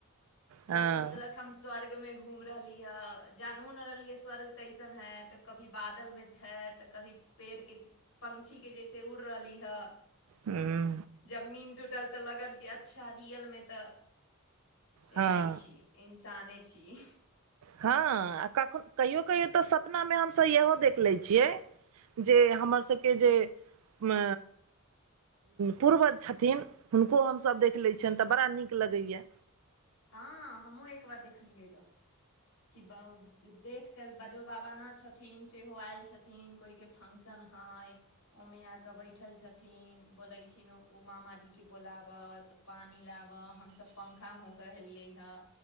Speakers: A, on the left; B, on the right.
A: जो
B: हँ
A: सोचलक हम स्वर्गमे घूम रहली हे जानू ने रहलियै स्वर्ग कैसन है तऽ कभी बादलमे हइ तऽ कभी पेड़के पङक्षीके जैसे उड़ रहली हँ
B: हूँ
A: जब निन्द टूटल तऽ लगल अच्छा रियल मे तऽ
B: हँ
A: एहे छी इन्साने छी
B: हँ आ कखन कहियो कहियो तऽ सपनामे हमस इहो देख लै छियै जे हमर सबके जे अ पूर्वज छथिन हुनको हमसभ देख लै छन तऽ बड़ा नीक लगैया
A: हँ हमह एकबार देखलियै य कि देख क बाजो बाबा नहि छथिन सेहो आयल छथिन कोइके फंक्शन हइ ओमेआकेँ बैठल छथिन बोलै छिन ओ मामाजीकेँ बोलाबत पानी लाबऽ हम सब पंखा हो कहलाई ह